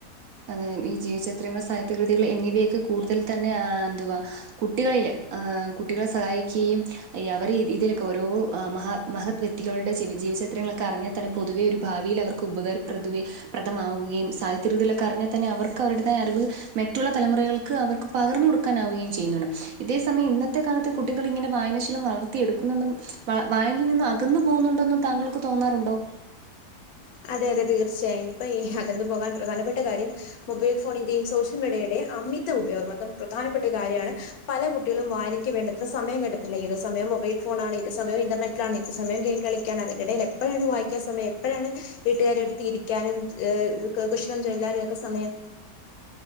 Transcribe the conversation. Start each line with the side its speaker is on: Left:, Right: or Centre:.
Right: അ ഈ ജീവചിത്രങ്ങൾ സാഹിത്യകൃതികൾ എന്നിവയൊക്കെ കൂടുതൽ തന്നെ എന്തുവാ കുട്ടികളില് കുട്ടികളെ സഹായിക്കുകയും ഈ അവർ ഇതിലൊക്കെ ഓരോ മഹാ മഹത് വ്യക്തികളുടെ ജീവചിത്രങ്ങളൊക്കെ അറിഞ്ഞ തന്നെ പൊതുവേ ഒരു ഭാവിൽ അവർക്ക് ഉപകാരപ്രതുവേ പ്രദമാവുകയും സാഹിത്യകൃതിലൊക്കെറിഞ്ഞാൽ തന്നെ അവർക്ക് അവരുടേതായ അറിവ് മെറ്റുള്ള തലമുറകൾക്ക് അവർക്ക് പകർന്നു കൊടുക്കാനാവുകയും ചെയ്യുന്നുണ് ഇതേ സമയം ഇന്നത്തെ കാലത്ത് കുട്ടികളിങ്ങനെ വായനാശീലം വളർത്തിയെടുക്കുന്നുണ്ടന്ന് വായനില് നിന്ന് അകന്നു പോകുന്നുണ്ടോെന്നും താങ്കൾക്ക് തോന്നാറുണ്ടോ?
Left: അതെ അതെ തീർച്ചയായും ഇപ്പെ അകന്നു പോകാൻ പ്രധാനപ്പെട്ട കാര്യം മൊബൈൽ ഫോണിന്റെയും സോഷ്യൽ മീഡിയയുടെയും അമിത ഉപയോഗം അതും പ്രധാനപ്പെട്ട കാര്യമാണ് പല കുട്ടികളും വായനക്ക് വേണ്ടത്ര സമയം കണ്ടെത്തണില്ല ഏത് സമയ മൊബൈൽ ഫോണാണ് ഏത് സയ ഇന്റർനെറ്റാണ് ഏത് സമയ ഗെയിം കളി ക്കാണ് അതിന്റെടെൽ എപ്പെഴാണ് വായിക്കാ സമയം എപ്പോഴാണ് വീട്ടുകാരെട്ത്തിരിക്കാനും ഏഹ് കുശലം ചൊല്ലാനും ഒക്കെ സമയം